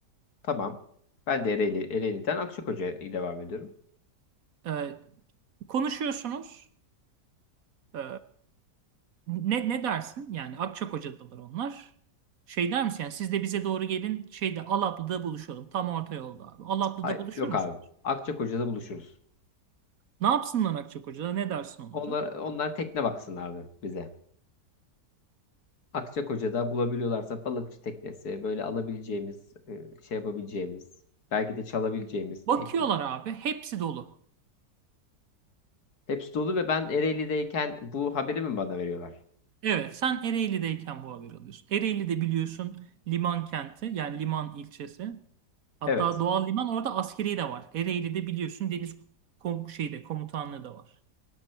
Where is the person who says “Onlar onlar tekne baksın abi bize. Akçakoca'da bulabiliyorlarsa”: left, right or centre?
Left